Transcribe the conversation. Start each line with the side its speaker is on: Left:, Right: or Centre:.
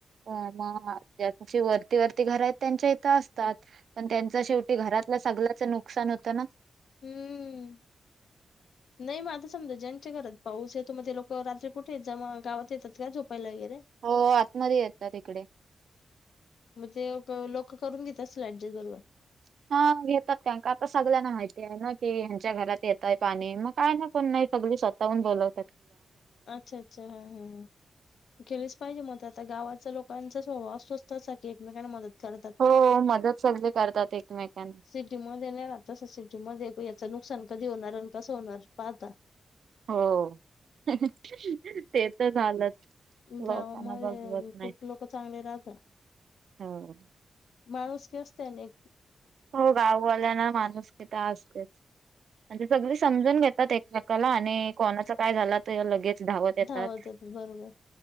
Right: अ मग ज्यांची वरती वरती घर आहेत त्यांच्या इथं असतात पण त्यां शेवटी घरातलं सगंचं नुकसान होतं ना.
Left: हम्म नाही मग आता समजा ज्यांच्या घरात पाऊस येतो मग ते लोक रात्री कुठेेत जमा गावात येतात का? झोपायला वगैरे
Right: हो आतमध्ये येतात तिकडे.
Left: मग ते लोक करून घेत असतील ऍडजस्ट बरोबर.
Right: <unintelligible> हा घेतात त्यां आता सगळ्यांना माहिती आहे ना की ह्यांच्या घरात येतय पाणी मग काय ना पण नाही सगळ. स्वतःून बोलत.
Left: अच्छा अच्छा हा हा हा गेलेच पाहिजे मत. ता गावाातचा लोकांचा स्वभव स्वस्थ अस आहे की एकमेकांना मत तात
Right: हो मदत सगळे करतात एकमेकांना.
Left: सिटी मध्ये नाही रास सिटी मध्ये त्या नुकसान कधी होणार आणि कसं होणार पाहता.
Right: हो ते तर झालंच.
Left: गावामध्ये
Right: लोकांना बघवत नाही.
Left: खूप लोक चांगले राहत.
Right: हो.
Left: माणूस क असत ना.
Right: हो गाववाल्यांना माणूस किता असतेच. म्हजे सगळी समजून घेतात एकमेकाला आणि कोणाचं काय झालं तर लगेच. धावत येतात.
Left: धावतत बरोबर.